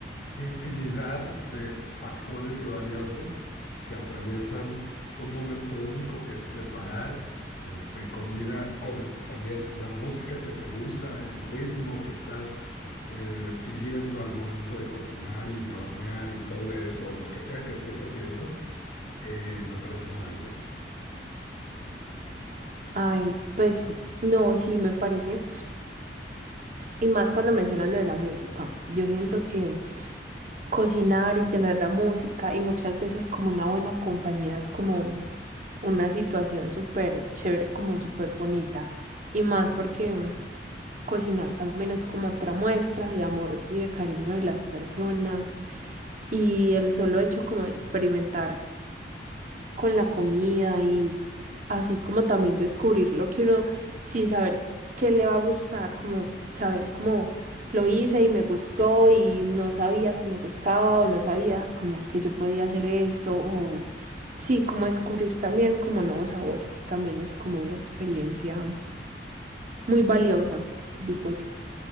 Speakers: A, on the left (about 70°); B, on the right (about 45°).
A: infinidad de factores y variables que atraviesan un momento único que es preparar este, comida con también la música que se usa, el ritmo que estás eh, siguiendo al momento de cocinar y de hornear y todo eso, lo que sea que estés haciendo, eh, me parece maravilloso.
B: Ay, pues no, sí, me parece. Y más cuando mencionas lo de la música. Yo siento que cocinar y tener la música y muchas veces como una buena compañía es como una situación súper chévere, como súper bonita. Y más porque mm, cocinar también es como otra muestra de amor y de cariño de las personas. Y el solo hecho como de experimentar con la comida y así como también descubrir lo que uno sin saber qué le va a gustar, como saber cómo lo hice y me gustó y no sabía que me gustaba o no sabía como que yo podía hacer esto o sí, como descubrir también como nuevos sabores, también es como una experiencia muy valiosa, digo yo.